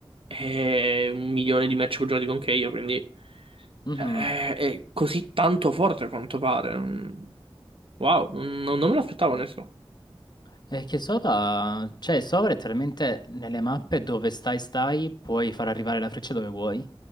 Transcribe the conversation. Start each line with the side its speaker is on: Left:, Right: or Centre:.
Right: e un milione di match giocati con Keio, quindi
Left: Mhm.
Right: cioè, è, è così tanto forte a quanto pare. Mm. Wow, non, non me l'aspettavo, onesto.
Left: E che Sova, cioè Sova letteralmente nelle mappe dove stai stai puoi far arrivare la freccia dove vuoi.